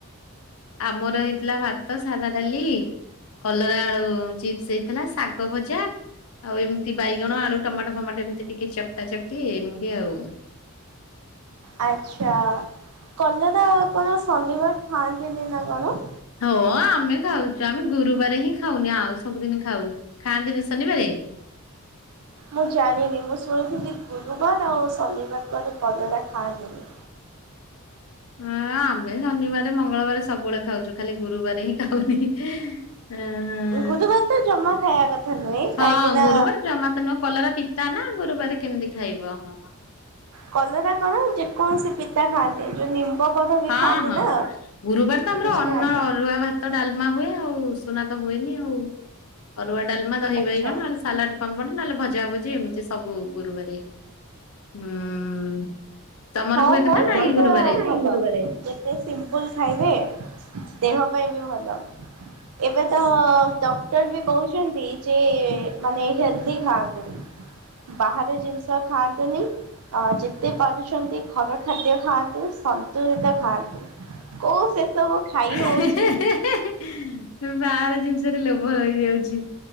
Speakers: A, on the left; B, on the right.
A: ଆମର ହେଇଥିଲା ଭାତ, ସାଧା ଡାଲି କଲରା ଆଳୁ ଚିପ୍ସ ହେଇଥିଲା ଶାଗ ଭଜା ଆଉ ଏମତି ବାଇଗଣ ଆଳୁ ଟମାଟୋ ଫମାଟୋ ଏମିତି ଟିକେ ଚକଟା ଚକଟି ଏମିତି ଆଉ।
B: ଆଚ୍ଛା। କଲରା କଣ ଶନିବାର ଖାଆନ୍ତିନି ନା କଣ?
A: ହଁ ଆମେ ଖାଉ ଚୁ। ଆମେ ଗୁରୁବାରେ ହିଁ ଖାଉନି ଆଉ ସବୁଦିନ ଖାଉ। ଖାଆନ୍ତିନି ଶନିବାରେ?
B: ମୁଁ ଜାଣିନି ମୁଁ ଶୁଣିଥିଲି ଗୁରୁବାର ଆଉ ଶନିବାର ପରି କଲରା ଖାଆନ୍ତିନି।
A: ହଁ ଆମେ ଶନିବାରେ ମଙ୍ଗଳବାରେ ସବୁବେଳେ ଖାଉଛୁ। ଖାଲି ଗୁରୁବାରେ ହିଁ ଖାଉନି। ହଁ ହଁ।
B: ଗୁରୁବାର ତ ଜମା ଖାଇବା କଥା ନୁହେଁ କାହିଁକି
A: ହଁ
B: ନା
A: ଗୁରୁବାର ଜମା ତ ନୁହଁ, କଲରା ପିତା ନା ଗୁରୁବାର କେମତି ଖାଇବୁ? ହଁ ହଁ।
B: କଲରା କଣ ଯେକୌଣସି ପିତା ଖାଆନ୍ତିନି। ଯୋଉ ନିମ୍ବ କଢ ବି
A: ହଁ
B: ଖାଆନ୍ତି
A: ହଁ
B: ନା
A: ଗୁରୁବାର ତ ଆମର
B: କିଛି
A: ଅର୍ଣ୍ଣ
B: ଖାଆନ୍ତିନି
A: ଅରୁଆ ଭାତ, ଡାଲି ଲମା ହୁଏ ଆଉ ସୁନା ତ ହୁଏନି ଆଉ। ଅରୁଆ ଡ଼ା ଡାଲମା, ଦହି
B: ଆଚ୍ଛା
A: ବାଇଗଣ ନହେଲେ ସାଲାଡ, ପାମ୍ପଡ ନହେଲେ ଭଜା ଭଜି ଏମିତି ସବୁ ଗୁରୁବାରେ ହୁଁ। ତମର
B: ହଁ
A: ହୁଏ
B: ମ
A: କି ନା
B: ସେଇଟା
A: ନାଇଁ ଗୁରୁବାରେ?
B: ଭଲ ଯେତେ ସିମ୍ପୁଲ୍ ଖାଇବେ, ଦେହ ପାଇଁ ବି ଭଲ। ଏବେ ତ
A: ହୁଁ
B: ଡକ୍ଟର ବି କହୁଛନ୍ତି ଯେ ମାନେ ହେଲ୍ଦି ଖାଆନ୍ତୁ। ବାହାର ଜିନିଷ ଖାଆନ୍ତୁନି ଅ ଯେତେ ପାରୁଛନ୍ତି ଘର ଖାଦ୍ୟ ଖାଆନ୍ତୁ, ସନ୍ତୁଳିତ ଖାଆନ୍ତୁ। ଓ ସେ ସବୁ ଖାଇ
A: ହେ
B: ହଉଛି
A: ହେ ହେ ହେ ହେ ହେ ବାହାର ଜିନିଷ ଷରେ ଲୋଭ ରହିଯାଉଛି।